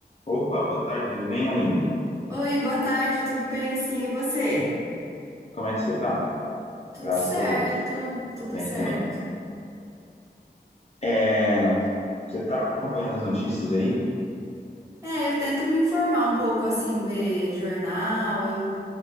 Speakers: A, on the left; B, on the right.
A: Opa, boa tarde, tudo bem, Aline?
B: Oi, boa tarde, tudo bem? Sim, e você?
A: Como é que você tá?
B: Tudo
A: Graças
B: certo,
A: a Deus.
B: tudo
A: Tô bem
B: certo.
A: também. É, você tá acompanhando as notícias aí?
B: É, eu tento me informar um pouco assim, ver jornal. eu-